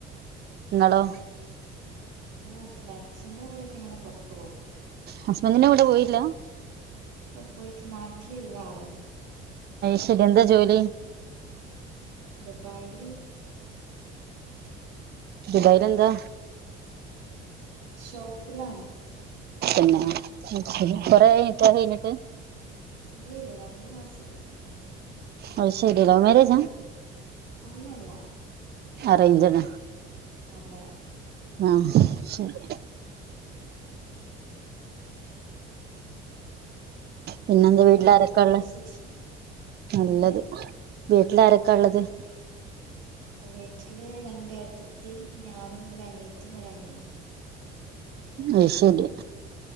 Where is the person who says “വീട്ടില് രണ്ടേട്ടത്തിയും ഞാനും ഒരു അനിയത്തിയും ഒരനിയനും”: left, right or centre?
Right